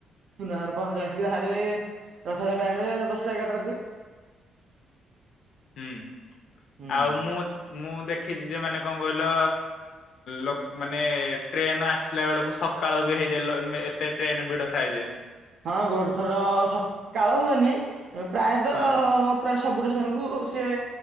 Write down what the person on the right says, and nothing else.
ପୁରେ ପହଞ୍ଚସି ତାହେଲେ ରଥଯାତ୍ରା ଟାଇମ ରେ <unintelligible> ଏଗାର ଟା ରାତି।
ହୁଁ।
ହଁ ଗୋଟେ ଥର ସକାଳ ହୁଏନି ପ୍ରାୟତଃ
ପୁରା ସବୁ ଷ୍ଟେସନକୁ ସିଏ